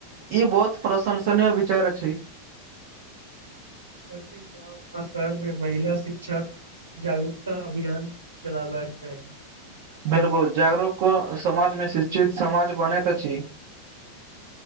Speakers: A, on the right; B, on the right.
A: ई बहुत प्रशंसनीय विचार अछि
B: प्रत्येक गाँव आ शहरमे महिला शिक्षक जागरूकता अभियान चलाबेक के चाहि
A: बिलकुल जागरूक समाजमे शिक्षित समाज बनैत अछि